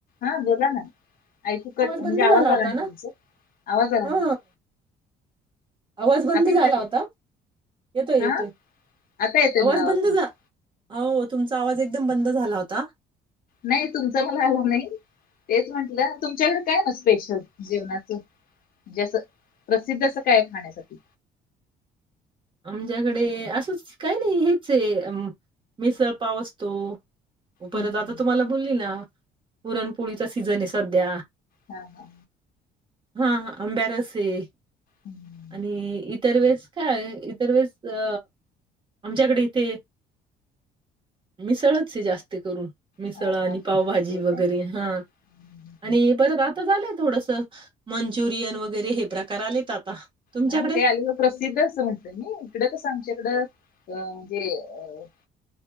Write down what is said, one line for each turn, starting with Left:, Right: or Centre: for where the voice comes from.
Left: हा बोला ना, ऐकू कट, म्हणजे
Right: बंद
Left: आवाज
Right: झाला होता
Left: आला नाही
Right: ना
Left: आवाज आला
Right: हा
Left: नाही
Right: आवाज बंद
Left: आता
Right: झाला
Left: येतोय
Right: होता,
Left: का
Right: येतोय येतोय
Left: हा आता येतोय
Right: आवाज
Left: मला
Right: बंद
Left: तुमचा
Right: झा हो तुमचा आवाज एकदम बंद झाला होता.
Left: नाही तुमच मला आला नाही तेच म्हंटलं तुमच्याकडे काय मग स्पेशल जेवणाच म्हणजे, असं प्रसिद्ध अस काय आहे खात्यासाठी.
Right: आमच्याकडे असंच काही नाही हेचय मिसळ पाव असतो. हो परत
Left: हम्म.
Right: आता तुम्हाला बोली ना, पुरणपोळीचा सीझन आहे मध्ये.
Left: हा हा हा,
Right: हा अंब्यारसय.
Left: हम्म.
Right: आणि इतर वेळेस, काय ईतर वेळेस अ आमच्याकडे इथे मिसळचय जास्ती करून. मिसळ
Left: हा
Right: आणि
Left: नाशिकला
Right: पावभाजी वगैरे
Left: काय
Right: हा
Left: हम्म.
Right: आणि परत आता झालंय थोडस. मंचुरियन वगैरे हे प्रकार आलेत आता. तुमच्याकडे?
Left: हा ते आलेलं प्रसिद्ध अस म्हणत. इकड कस आमच्याकड, अ म्हणजे अ